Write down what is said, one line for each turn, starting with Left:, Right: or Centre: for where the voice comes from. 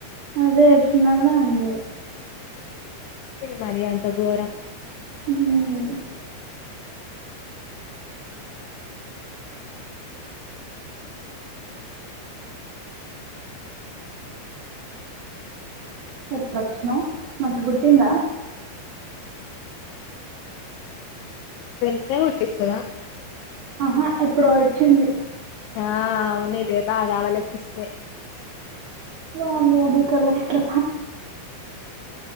Right: అదే చిన్నగానే ఉంది
Left: మరి అంత ఘోరం
Right: హ్మ్. ఎప్పుడొచ్చనవు మంచి గుట్టిందా
Left: వెంటనే కుట్టిస్తదా
Right: ఆహా ఎప్పుడో వచ్చింది
Left: ఆ అవునుదే బాగా వాళ తీస్తే
Right: వామ్మో ది కలర్ ఇట్లా